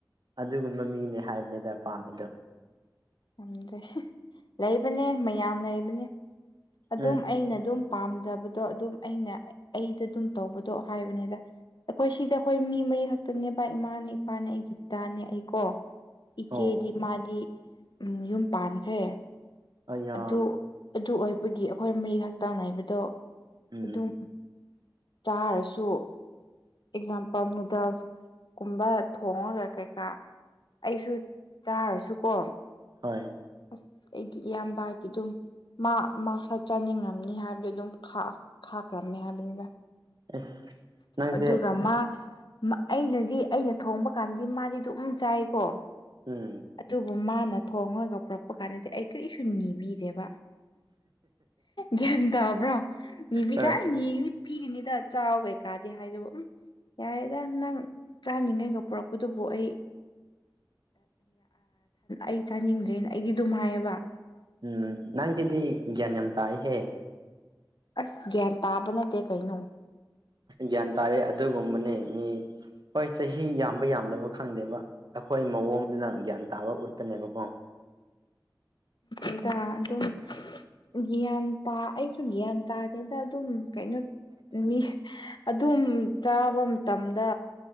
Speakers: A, on the right; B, on the left.
A: ꯑꯗꯨꯒꯨꯝꯕ ꯃꯤꯅꯦ ꯍꯥꯏꯕꯅꯤꯗ ꯄꯥꯝꯃꯤꯗꯣ
B: ꯌꯥꯝꯗ꯭ꯔꯦ ꯂꯩꯕꯅꯦ ꯃꯌꯥꯝ ꯂꯩꯕꯅꯦ ꯑꯗꯨꯝ
A: ꯎꯝ
B: ꯑꯩꯅ ꯑꯗꯨꯝ ꯄꯥꯝꯖꯕꯗꯣ ꯑꯗꯨꯝ ꯑꯩꯅ ꯑꯩꯗ ꯑꯗꯨꯝ ꯇꯧꯕꯗꯣ ꯍꯥꯏꯕꯅꯤꯗ ꯑꯩꯈꯣꯏ ꯁꯤꯗ ꯑꯩꯈꯣꯏ ꯃꯤ ꯃꯔꯤ ꯈꯛꯇꯪꯅꯦ ꯕꯥ ꯏꯃꯥꯅꯦ ꯏꯄꯥꯅꯦ ꯑꯩꯒꯤ ꯗꯗꯥꯅꯦ ꯑꯩꯀꯣ ꯏꯆꯦꯗꯤ
A: ꯑꯣ
B: ꯃꯥꯗꯤ ꯌꯨꯝ ꯄꯥꯟꯈ꯭ꯔꯦ
A: ꯑꯩꯌꯥ
B: ꯑꯗꯨ ꯑꯗꯨ ꯑꯣꯏꯕꯒꯤ ꯑꯩꯈꯣꯏ ꯃꯔꯤ ꯍꯛꯛꯇꯥꯡꯅꯥꯏꯕꯗꯣ
A: ꯎꯝ
B: ꯑꯗꯨꯝ ꯆꯥꯔꯁꯨ ꯑꯦꯛꯖꯥꯝꯄꯜ ꯅꯨꯗꯜꯁ ꯀꯨꯝꯕ ꯊꯣꯡꯉꯒ ꯀꯩꯀꯥ ꯑꯩꯁꯨ ꯆꯥꯔꯁꯨꯀꯣ
A: ꯍꯣꯏ
B: ꯑꯁ ꯑꯩꯒꯤ ꯏꯌꯥꯝꯕꯒꯤꯗꯨꯝ ꯃꯥ ꯃꯥ ꯈꯔ ꯆꯥꯅꯤꯡꯉꯅꯤ ꯍꯥꯏꯕꯗꯨ ꯑꯗꯨꯝ ꯈꯥꯛꯈ꯭ꯔꯕꯅꯤ ꯍꯥꯏꯕꯅꯤꯅ
A: ꯑꯁ ꯅꯪꯁꯦ
B: ꯑꯗꯨꯒ ꯃꯥ ꯑꯩꯅꯗꯤ ꯑꯩꯅ ꯊꯣꯡꯕ ꯀꯥꯟꯗꯤ ꯃꯥꯗꯤ ꯑꯗꯨꯝ ꯆꯥꯏꯀꯣ
A: ꯎꯝ
B: ꯑꯗꯨꯕꯨ ꯃꯥꯅ ꯊꯣꯡꯉꯒ ꯄꯨꯔꯛꯄ ꯀꯥꯟꯗꯗꯤ ꯑꯩ ꯀꯔꯤꯁꯨ ꯅꯤꯕꯤꯅꯦꯦꯕ ꯒ꯭ꯌꯥꯟ ꯇꯥꯕ꯭ꯔꯣ ꯅꯤꯕꯤꯗ
A: ꯍꯣꯏ
B: ꯅꯤꯒꯅꯤ ꯄꯤꯒꯅꯤꯗ ꯆꯥꯎ ꯀꯩꯀꯥꯗꯤ ꯍꯥꯏꯗꯕ ꯎ ꯌꯥꯔꯦꯗ ꯅꯪ ꯆꯥꯅꯤꯡꯉꯩꯒ ꯄꯨꯔꯛꯄꯗꯨꯕꯨ ꯑꯩ ꯑꯩ ꯆꯥꯅꯤꯡꯗ꯭ꯔꯦꯅ ꯑꯩꯒꯤ ꯉꯥꯏꯌꯦꯕ
A: ꯎꯝ ꯅꯪꯁꯤꯗꯤ ꯒ꯭ꯌꯥꯟ ꯌꯥꯝ ꯇꯥꯛꯏꯍꯦ
B: ꯑꯁ ꯒ꯭ꯌꯥꯟ ꯇꯥꯕ ꯅꯠꯇꯦ ꯀꯩꯅꯣ
A: ꯒ꯭ꯌꯥꯟ ꯇꯥꯔꯦ ꯑꯗꯨꯒꯨꯝꯕꯅꯦ ꯃꯤ ꯍꯣꯏ ꯆꯍꯤ ꯌꯥꯝꯕ ꯌꯥꯝꯗꯕ ꯈꯪꯗꯦꯕ ꯑꯩꯈꯣꯏ ꯃꯑꯣꯡꯗꯨꯅ ꯒ꯭ꯌꯥꯟ ꯇꯥꯕ ꯎꯠꯄꯅꯦꯕꯀꯣ
B: ꯦꯗ ꯑꯗꯨꯝ ꯒ꯭ꯌꯥꯟ ꯇꯥ ꯑꯩꯁꯨ ꯒ꯭ꯌꯥꯟ ꯇꯥꯅꯤꯗ ꯑꯗꯨꯝ ꯀꯩꯅꯣ ꯃꯤ ꯑꯗꯨꯝ ꯆꯥꯕ ꯃꯇꯝꯗ